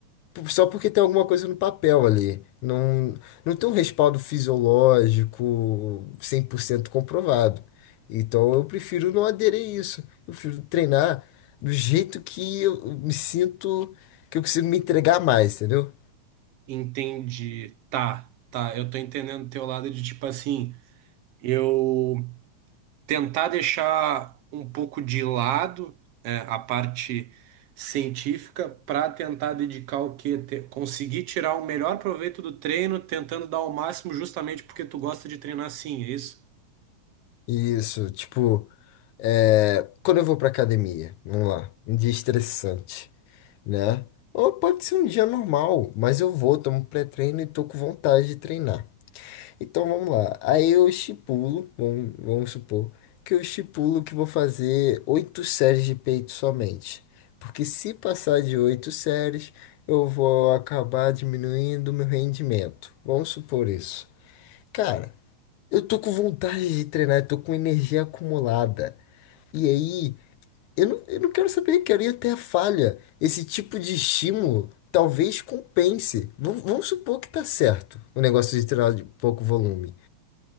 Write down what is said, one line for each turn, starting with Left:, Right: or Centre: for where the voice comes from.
Left: só porque tem alguma coisa no papel ali. Não, não tem um respaldo fisiológico 100% comprovado. Então, eu prefiro não aderir a isso. Eu prefiro treinar do jeito que eu me sinto, que eu consigo me entregar mais, entendeu?
Right: Entendi. Tá, tá. Eu tô entendendo teu lado de tipo assim, eu tentar deixar um pouco de lado é, a parte científica para tentar dedicar o quê? Te- conseguir tirar o melhor proveito do treino, tentando dar o máximo justamente porque tu gosta de treinar assim, é isso?
Left: Isso, tipo. É, quando eu vou pra academia, vamos lá, um dia estressante, né? Ou pode ser um dia normal, mas eu vou, tomo um pré-treino e tô com vontade de treinar. Então vamos lá. Aí eu estipulo, vamos, vamos supor, que eu estipulo que vou fazer oito séries de peito somente. Porque se passar de oito séries, eu vou acabar diminuindo o meu rendimento. Vamos supor isso. Cara, eu tô com vontade de treinar, eu tô com energia acumulada. E aí, eu não, eu não quero saber, quero ir até a falha. Esse tipo de estímulo talvez compense. Vam- Vamos, supor que tá certo o negócio de tirar de pouco volume.